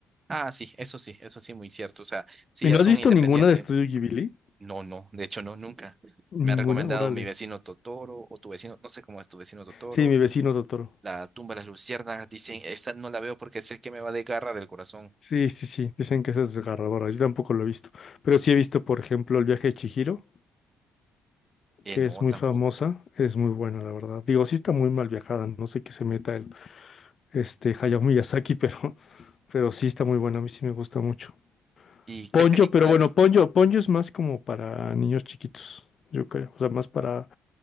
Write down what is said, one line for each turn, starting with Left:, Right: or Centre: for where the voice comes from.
Right: Ah, sí, eso sí, eso sí, muy cierto, o sea, sí,
Left: ¿Y
Right: ya
Left: no
Right: son
Left: has visto
Right: independientes.
Left: ninguna de Studio Ghibli?
Right: No, no, de hecho no, nunca. Me
Left: Ninguna,
Right: ha recomendado
Left: órale.
Right: mi vecino Totoro o tu vecino, no sé cómo es tu vecino Totoro,
Left: Sí, mi vecino Totoro.
Right: La tumba de las luciérnagas, dicen, esa no la veo porque sé que me va a desgarrar el corazón.
Left: Sí, sí, sí, dicen que esa es desgarradora, yo tampoco lo he visto, pero sí he visto, por ejemplo, El viaje de Chihiro,
Right: Eh,
Left: que
Right: no,
Left: es muy
Right: tampoco.
Left: famosa, es muy buena, la verdad. Digo, sí está muy mal viajada, no sé qué se meta el este Hayao Miyazaki, <laughs> pero, pero sí está muy buena, a mí sí me gusta mucho.
Right: ¿Y qué
Left: Ponyo,
Right: películas?
Left: pero bueno, Ponyo, Ponyo es más como para niños chiquitos, yo creo, o sea, más para,